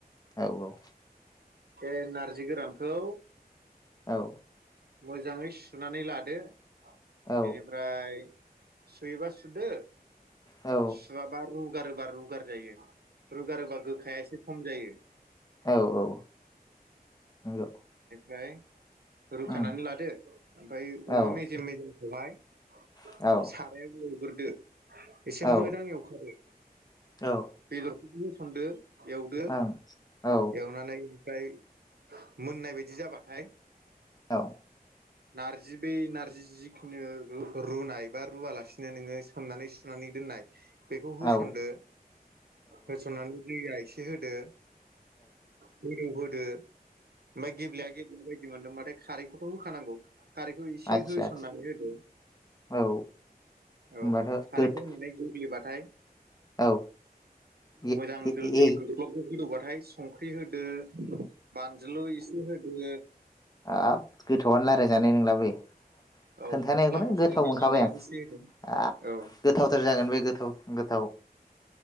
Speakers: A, on the left (about 25°); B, on the right (about 80°).
A: औ-औ
B: बे नारजि गोरानखौ
A: औ
B: मोजाङै सुनानै लादो।
A: औ
B: बेनिफ्राय सुयोबा सुदो।
A: औ
B: सुआबा रू। रुबा सुगार जायो। रुगारोबा गोखाया एसे खम जायो।
A: औ-औ नंगौ।
B: गै <unintelligible> रुखानानै
A: उम
B: लादो ओमफफ्राय अमा
A: औ
B: मेजेम मेजेमखौहाय साराया
A: औ
B: रु बोरदो एसे
A: औ
B: मोजां एवखादो
A: ओं औ
B: बेदर बिैस <unintelligible> एवदो
A: औ औ
B: एवनानै ओमफ्राय मोननाय बायदि जाबाथाय।
A: औ
B: नार्जि बै नार्जि जिखिनि रुनायबा रुवालासिनो नोङो सोमनानै सोमनानै दोननाय। बेखौ होसनदो
A: ओ
B: होसननानै दैआ एसे ए होदो ब रो मा गेब्लेया गेब्लेयि बा बिदि मोनदोंबाथाय खारैखौथ' होखानांगौ खारैखौ एसे
A: आदसा
B: होसननानै
A: आदसा
B: होदो
A: औ होनबाथ'
B: औ खारैखो
A: गोथ
B: नोनाय गिब्लिय बाथाय
A: औ ए-ए-ए
B: मोजां दोल दोल गोलबगोदौ हाय संख्रि होदो बानज्लु एसे होदो
A: आब गोथावआनो लाराय जानाय नंला बे,
B: औ
A: खोन्थानायखौनो
B: मस्ला मस्लि
A: गोथाव
B: देनानै
A: मोनखाबाय आं।
B: एसे होदो
A: आ
B: औ
A: गोथावथार जागोन बे गोथाव गो